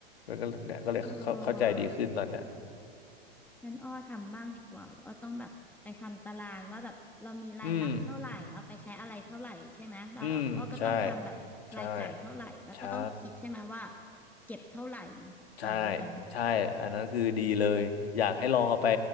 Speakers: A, on the left; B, in the centre.
A: มันก็เนี่ยก็เลยเข้าเข้าใจดีขึ้นตอนเนี้ย
B: เออว่ะ งั้นอ้อทำบ้างดีกว่าเดี๋ยวอ้อต้องแบบไปทำตารางว่าแบบเรามีรายรับเท่าไหร่เอาไปใช้อะไรเท่าไหร่ใช่ไหมแล้วอ้อก็ต้องทำแบบรายจ่ายเท่าไหร่แล้วก็ต้องคิดใช่ไหมว่า
A: อืมอืมใช่ใช่ใช่
B: เก็บเท่าไหร่
A: ใช่
B: ต่อเดือน
A: ใช่อันนั้นคือดีเลยอยากให้ลองเอาไป